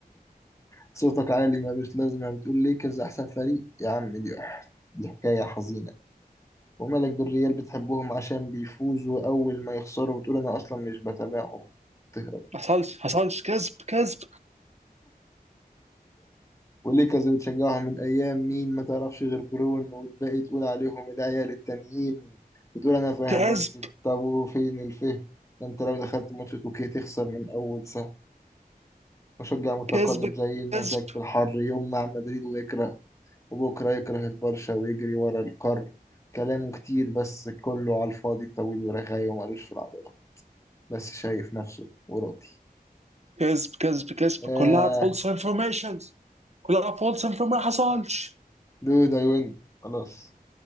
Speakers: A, on the left; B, on the right.
A: صوتك عالي ملوش لازمة بتقول ليكرز أحسن فريق يا عم دي دي حكاية حزينة ومالك بالريال بتحبهم عشان بيفوزوا أول ما يخسروا بتقول أنا أصلا مش بتابعهم بتهرب
B: ما حصلش حصلش كذب كذب
A: وليكرز بتشجعهم من ايام مين ما تعرفش غير برون والباقي تقول عليهم العيال التانيين بتقول انا فاهم
B: كذب
A: باسكت طب وفين الفهم ده انت لو دخلت ماتش توكيه تخسر من اول سهم مشجع متقلب
B: كذب
A: زي المساك
B: كذب
A: في الحر يوم مع مدريد ويكره وبكره يكره البرشا ويجري ورا القار كلامه كتير بس كله على الفاضي طويل ورغاي ومالوش في العضلة بس شايف نفسه وراضي
B: كذب كذب كذب
A: آه
B: كلها فولس انفورميشنز كلها فولس انفورميشن ما حصلش
A: دود I win خلاص